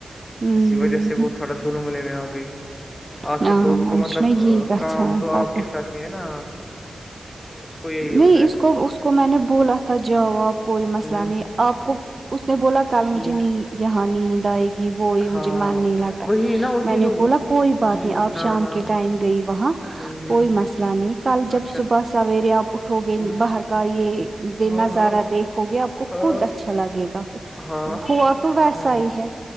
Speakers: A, on the right (about 40°); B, on the left (about 25°).
A: ہوں
B: اسی وجہ سے وہ تھوڑا دمل میں آ گئی آخر
A: ہاں
B: تو اس کو
A: أمِس
B: مطلب
A: چھُنا یی گژھان
B: کام تو
A: پتہ
B: آپ کے ساتھ ہے نا اس کو یہی ہوتا
A: نہیں
B: ہے
A: اس
B: سر
A: کو اس کو میں نے بولا تھا جواب کوئی مسئلہ
B: ہ
A: نہیں آپ کو اس نے بولا کل
B: ٹھیک
A: مجھے نہیں یہاں نیند آئے گی وہ یہ مجھے
B: ہاں
A: مان نہیں لگ رہا ہے
B: وہی نا اس
A: میں نے
B: جو
A: بولا کوئی بات
B: جی
A: نہیں آپ
B: ہاں
A: شام
B: ہاں
A: کے ٹائم گئی وہاں
B: ہوں ہوں
A: کوئی مسئلہ نہیں کل جب
B: اچھا
A: صبح سویرے آ پٹھو گن
B: ٹھیک
A: بہر کا یہ
B: ہاں
A: نظارہ
B: ہاں
A: دیکھو گے آپ کو
B: ہاں
A: خود اچھا لگے گا پھر
B: ہاں
A: ہو تو ویسا
B: ہ
A: ہی ہے